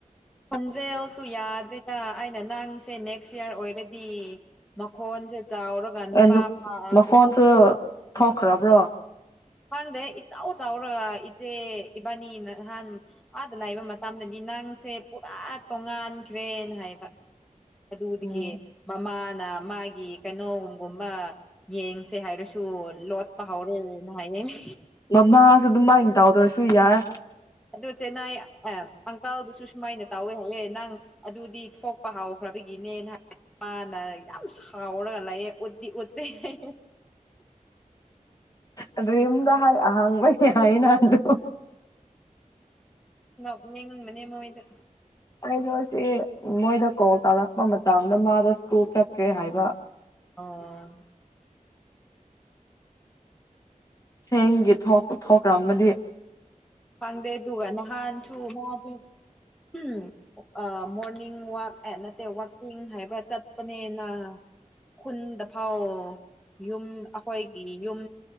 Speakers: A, in the centre; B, on the left.
A: ꯈꯟꯖꯦꯜꯁꯨ ꯌꯥꯗ꯭ꯔꯦꯗ ꯑꯩꯅ ꯅꯪꯁꯦ ꯅꯦꯛꯁ ꯏꯌꯥꯔ ꯑꯣꯏꯔꯗꯤ ꯃꯈꯣꯟꯁꯦ ꯆꯥꯎꯔꯒ ꯅꯨꯄꯥ
B: ꯑꯦ
A: ꯄꯑ
B: ꯃꯈꯣꯟꯁꯨ ꯊꯣꯛꯈ꯭ꯔꯕ꯭ꯔꯣ
A: ꯐꯥꯡꯗꯦ ꯏꯇꯥꯎ ꯇꯥꯎꯔꯒ ꯏꯆꯦ ꯏꯕꯥꯅꯤ ꯅ ꯅꯍꯥꯟ ꯑꯥꯗ ꯂꯥꯛꯏꯕ ꯃꯇꯝꯗꯗꯤ ꯅꯪꯁꯦ ꯄꯨꯔꯥ ꯇꯣꯉꯥꯟꯈ꯭ꯔꯦꯅ ꯍꯥꯏꯕ ꯑꯗꯨꯗꯒꯤ
B: ꯎꯝ
A: ꯃꯃꯥꯅ ꯃꯥꯒꯤ ꯀꯩꯅꯣꯒꯨꯝꯒꯨꯝꯕ ꯌꯦꯡꯁꯤ ꯁꯦ ꯍꯥꯏꯔꯁꯨ ꯂꯣꯠꯄ ꯍꯧꯔꯦꯅ ꯍꯥꯏꯅꯩꯅꯦ
B: ꯃꯃꯥꯁꯨ ꯑꯗꯨꯝ ꯃꯥꯏꯟ ꯇꯥꯎꯗ꯭ꯔꯁꯨ ꯌꯥꯏ
A: ꯑꯗꯣ ꯆꯦꯟꯅꯥꯏ ꯑ‌ ꯄꯪꯇꯧꯗꯨꯁꯨ ꯁꯨꯃꯥꯏꯅ ꯇꯧꯋꯦ ꯍꯥꯏꯌꯦꯏ ꯅꯪ ꯑꯗꯨꯗꯤ ꯊꯣꯛꯄ ꯍꯥꯎꯈ꯭ꯔꯕꯒꯤꯅꯦꯅ ꯃꯥꯅ ꯌꯥꯝ ꯁꯥꯎꯔꯒ ꯂꯥꯏꯌꯦ ꯑꯨꯠꯗꯤ ꯑꯨꯠꯇ‌ꯦ
B: ꯑꯗꯨꯔꯤꯝꯗ ꯍꯥꯏ ꯑꯍꯥꯡꯕꯒꯤ ꯍꯥꯏ ꯅꯗ
A: ꯅ‌ꯣꯛꯅꯤꯡꯕꯅꯦ ꯃ ꯍꯣꯏꯗ
B: ꯑꯩꯩꯗ‌ꯣꯅꯁꯤ ꯃꯣꯏꯗ ꯀꯣꯜ ꯇꯥꯔꯛꯄ ꯃꯇꯝꯗ ꯃꯥꯗ ꯁ꯭ꯀꯨꯜ ꯆꯠꯀ꯭ꯔꯦ ꯍꯥꯏꯕ
A: ꯑꯣ
B: ꯁꯦꯡꯒꯤ ꯊꯣꯛꯄ ꯊꯣꯛꯈ꯭ꯔ ꯑꯃꯗꯤ
A: ꯐꯪꯗꯦ ꯑꯗꯨꯒ ꯅꯍꯥꯟꯁꯨ ꯃꯥꯗꯤ ꯎ ꯑ ꯃꯣꯔꯅꯤꯡ ꯋꯥꯛ ꯑꯦ ꯅꯠꯇꯦ ꯋꯥꯛꯀꯤꯡ ꯍꯥꯏꯕ꯭ꯔꯥ ꯆꯠꯄꯅꯦꯅ ꯈꯨꯟꯗ ꯐꯥꯎ ꯌꯨꯝ ꯑꯩꯈꯣꯏꯒꯤ ꯌꯨꯝ